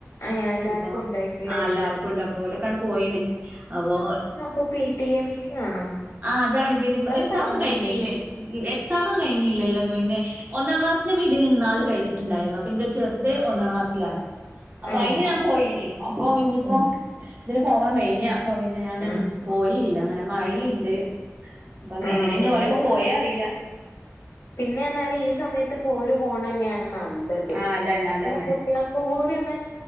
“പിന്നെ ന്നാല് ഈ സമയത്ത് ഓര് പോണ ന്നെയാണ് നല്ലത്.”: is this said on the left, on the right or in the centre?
Left